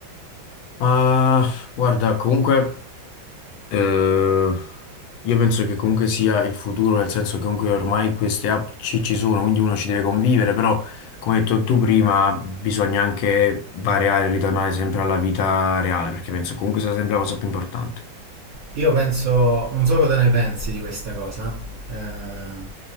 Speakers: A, on the left; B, on the right.
A: Ma guarda, comunque. Eh, io penso che comunque sia il futuro, nel senso che comunque ormai queste app ci, ci sono, quindi uno ci deve convivere, però come hai detto tu prima, bisogna anche variare e ritornare sempre alla vita reale, perché penso comunque sia sempre la cosa più importante.
B: Io penso, non so cosa ne pensi di questa cosa, eh,